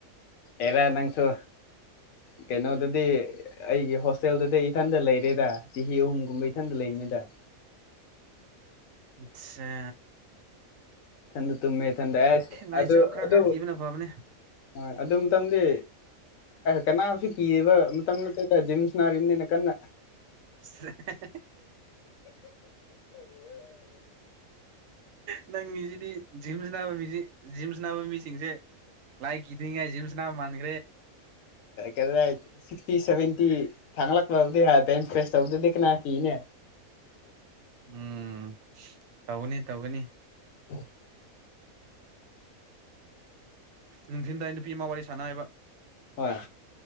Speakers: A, on the left; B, on the right.
A: ꯑꯦꯂ ꯅꯪꯁꯨ ꯀꯩꯅꯣꯗꯗꯤ ꯑꯩꯒꯤ ꯍꯣꯁꯇꯦꯜꯗꯗꯤ ꯏꯊꯟꯇ ꯂꯩꯔꯦꯗ ꯆꯍꯤ ꯑꯍꯨꯝꯒꯨꯝꯕ ꯏꯊꯟꯇ ꯂꯩꯅꯤꯗ <unintelligible>
B: ꯑꯆꯥ
A: ꯆꯟ ꯊꯨꯝꯃꯦ ꯆꯗ ꯑꯦꯁ
B: ꯂꯥꯏꯁꯨ
A: ꯑꯗꯨ
B: ꯈꯔ
A: ꯑꯗꯨ
B: ꯈꯔ ꯀꯤꯕꯅ ꯐꯕꯅꯦ
A: ꯍꯣꯏ ꯑꯗꯨ ꯃꯇꯝꯗꯤ ꯀꯅꯥꯁꯨ ꯀꯤꯑꯕ ꯃꯇꯝ ꯅꯠꯇꯗ ꯖꯤꯝꯁ ꯅꯤꯅ ꯀꯟꯅ
B: <unintelligible> ꯅꯪꯒꯤꯁꯤꯗꯤ ꯖꯤꯝꯁ ꯅꯥꯕ ꯃꯤꯁꯤ ꯖꯤꯝꯁ ꯅꯥꯕ ꯃꯤꯁꯤꯡꯁꯦ ꯂꯥꯏ ꯀꯗꯤꯅꯤꯡꯉꯦ ꯖꯤꯝꯁꯅ ꯃꯥꯡꯦ
A: ꯀ꯭ꯔ ꯁꯤꯛꯁꯇꯤ ꯁꯚꯦꯟꯇꯤ ꯊꯥꯡꯂꯛꯄꯕꯨꯗꯤ ꯍꯥꯏꯦ ꯏꯟ ꯐ꯭ꯔꯦꯁ ꯇꯧꯗꯨꯗꯤ ꯀꯅꯥ ꯀꯅꯦ
B: ꯎꯝ ꯇꯧꯒꯅꯤ ꯇꯧꯒꯅꯤ
A: ꯎꯝ
B: ꯅꯨꯡꯊꯤꯟꯗꯥꯏ ꯅꯨꯄꯤ ꯑꯃ ꯋꯥꯔꯤ ꯁꯥꯟꯅꯕ
A: ꯍ